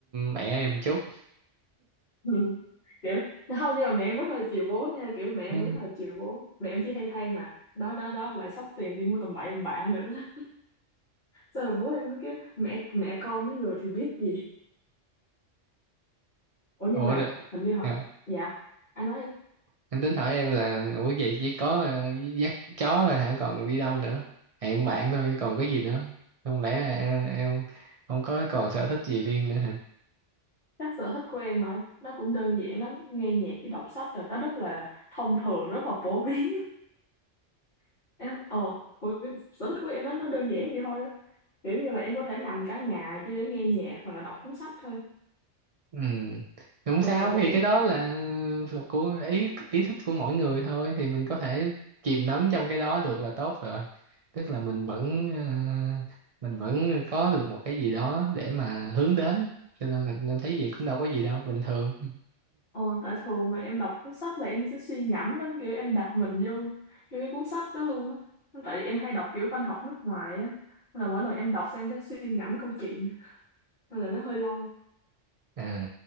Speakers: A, on the right; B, on the left.
A: mẹ em chút
B: <laughs> ừ, kiểu không nhưng mà mẹ em rất là chiều bố nha kiểu mẹ em
A: Ừ.
B: rất là chiều bố mẹ em chỉ hay than là đó đó đó lại xóc tiền đi mua tầm bậy tầm bạ nữa đó Xong rồi bố em cứ kiểu mẹ mẹ con mấy người thì biết gì Ủa nhưng
A: ủa
B: mà
A: rồi,
B: hình như họ
A: rồi,
B: dạ anh nói
A: anh tính hỏi em là ủa vậy chỉ có ờ, dắt chó rồi hả còn đi đâu nữa hẹn bạn thôi còn cái gì nữa không lẽ em, em không có còn sở thích gì riêng nữa
B: chắc sở thích của em hả nó cũng đơn giản lắm nghe nhạc với đọc sách rồi nó rất là thông thường rất là phổ biến <laughs> em ờ ủa, sở thích của em nó nó đơn giản vậy thôi á kiểu như là em có thể nằm cả ngày chỉ để nghe nhạc hoặc là đọc cuốn sách thôi
A: ừ không
B: thường
A: sao
B: là vậy
A: thì cái đó là thuộc của ý ý thích của mỗi người thôi thì mình có thể chìm đắm trong cái đó được là tốt rồi tức là mình vẫn ờ, mình vẫn có được một cái gì đó để mà hướng đến cho nên là em thấy gì cũng đâu có gì đâu bình thường
B: ờ tại thường mà em đọc cuốn sách là em sẽ suy ngẫm lắm kiểu em đặt mình vô vô cái cuốn sách đó luôn á tại em hay đọc kiểu văn học nước ngoài á nên là mỗi lần em đọc xem em sẽ suy ngẫm câu chuyện nên là nó hơi lâu
A: à